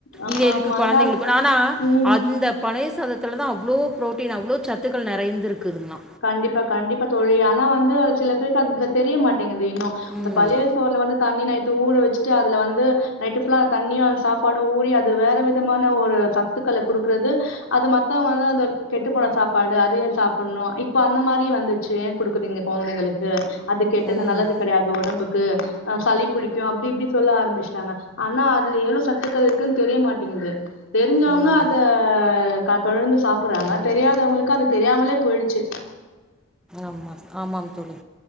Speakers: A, on the left; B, in the centre.
A: ஆமா
B: இது எதுக்கு
A: ஆமா
B: கொழந்தைங்கள்
A: ஏனா
B: கூ ஆனா
A: ம்
B: அந்த பழைய சாதத்துல தா அவ்ளோ ப்ரோட்டீன் அவ்ளோ சத்துக்கள் நெறைந்துருக்குதுங்ளா
A: கண்டிப்பா கண்டிப்பா தோழி ஆனா வந்து சில பேருக்கு அது தெரியமாட்டேங்குது இன்னு அந்த
B: ம்
A: பழைய சோறுல வந்து தண்ணி நைட்டு ஊற வெச்சுட்டு அதுல வந்து நைட்டு புல்லா அந்த தண்ணியும் அந் சாப்பாடும் ஊறி அது வேற விதமான ஒரு சத்துக்களை குடுக்குறது அது மத்தவங்க வந்து அந்த கெட்டு போன சாப்பாடு அதையே சாப்பணு இப்போ அந்த மாரி வந்துச்சு ஏ குடுக்குறீங்க கொழந்தைங்களுக்கு அது கெட்டது
B: ம்
A: நல்லது கெடையாது ஒடம்புக்கு அ சளி புடிக்கு அப்டி இப்டி சொல்ல ஆரம்பிச்சுட்டாங்க ஆனா அதுல எவ்ளோ சத்துக்கள் இருக்குன் தெரிய மாட்டேங்குது தெரிஞ்சவங்க
B: ம் ம்
A: அத க தொடர்ந்து சாப்புறாங்க தெரியாதவங்களுக்கு அது தெரியாமலே போயிடுச்சு
B: ஆமா ஆமாம் தோழி